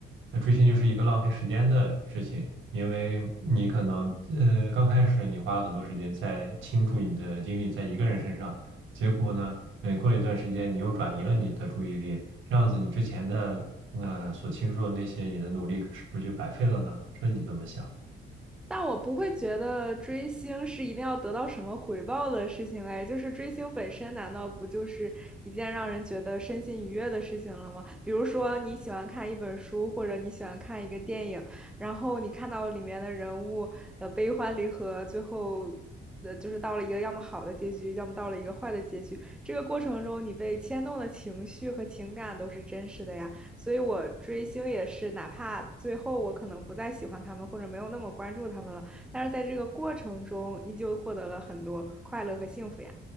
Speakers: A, on the right (about 80°); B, in the centre.
A: 呃追星就是一个浪费时间的事情，因为你可能呃刚开始你花了很多时间在倾注你的精力在一个人身上，结果呢？对，过了一段时间，你又转移了你的注意力，这样子你之前的呃所倾注的那些你的努力是不是就白费了呢？这你怎么想？
B: 但我不会觉得追星是一定要得到什么回报的事情哎，就是追星本身难道不就是一件让人觉得身心愉悦的事情了吗？比如说你喜欢看一本书，或者你喜欢看一个电影，然后你看到里面的人物呃悲欢离合，最后呃就是到了一个要么好的结局，要么到了一个坏的结局，这个过程中你被牵动的情绪和情感都是真实的呀。所以我追星也是，哪怕最后我可能不再喜欢他们，或者没有那么关注他们了，但是在这个过程中，依旧获得了很多快乐和幸福呀。